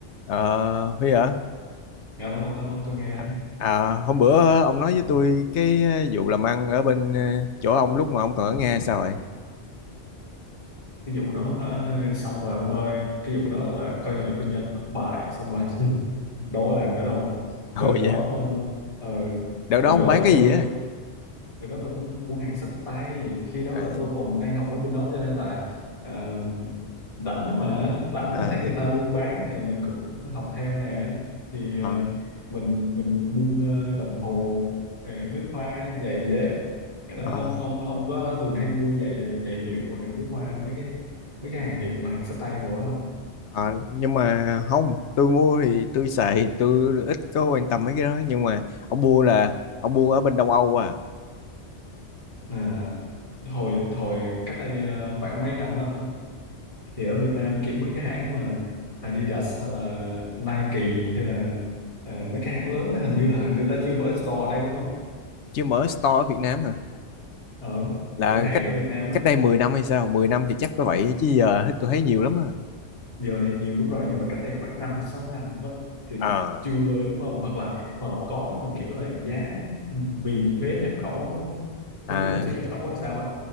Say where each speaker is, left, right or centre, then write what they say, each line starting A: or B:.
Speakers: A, on the left; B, on the left.
A: Ờ, Huy hả?
B: alo alo tôi nghe đây
A: À, à, hôm bữa ông nói với tôi cái ờ, vụ làm ăn ở bên ờ, chỗ ông lúc mà ông còn ở Nga sao vậy?
B: cái vụ đó hả xong rồi ông ơi cái vụ đó là coi như là kinh doanh thất bại xong rồi <laughs> đâu có làm nữa đâu
A: <laughs>
B: đợt
A: Ồ dạ,
B: đó ờ, ờ,
A: đợt đó
B: đợt
A: ông
B: đó
A: bán
B: là
A: cái
B: tôi
A: gì á?
B: Rồi đó là tôi buôn hàng xách tay khi đó
A: À,
B: là tôi còn đang học ở bên đó cho nên là ờ, rảnh đó mà rảnh
A: à,
B: là thấy người ta buôn bán thì mình cũng học theo nè thì
A: ờ,
B: ờ, mình mình buôn ờ, đồng hồ rồi nước hoa giày dép Rồi đó
A: ờ,
B: ông ông ông có thường hay mua giày ờ, giày hiệu hoặc là nước hoa mấy cái mấy cái hàng hiệu mà hàng xách tay đồ đó không
A: ờ, nhưng mà không, tôi mua thì tôi xài, tôi ít có quan tâm mấy cái đó. Nhưng mà ông mua là ông mua ở bên Đông Âu à,
B: à, hồi hồi cách đây ờ, khoảng mấy năm á thì ở Việt Nam kiểu mấy cái hãng mà Adidas hay là Nike hay là ờ, mấy cái hãng lớn á, hình như là người ta chưa mở store ở đây đúng không
A: chứ mở store ở Việt Nam hả?
B: ở
A: Là
B: cửa hàng
A: cách
B: ở Việt Nam á
A: cách đây 10 năm hay sao? mười năm thì chắc có vậy chứ giờ hết tôi thấy nhiều lắm à.
B: giờ thì nhiều đúng rồi nhưng mà cách đây khoảng năm sáu năm á, thì
A: à
B: chưa đúng không hoặc là hoặc là có nhưng mà kiểu là giá vì thuế nhập khẩu
A: à,
B: không biết là thuế nhập khẩu hay sao á